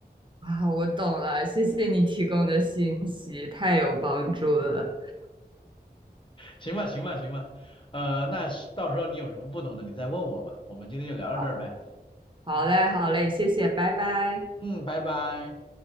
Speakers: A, on the right; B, on the left.
A: 啊，我懂了，谢谢你提供的信息，太有帮助了。
B: 行吧，行吧，行吧，呃，那是到时候你有什么不懂的，你再问我嘛。我们今天就聊到这儿呗。
A: 好，好嘞，好嘞，谢谢，拜拜。
B: 嗯，拜拜。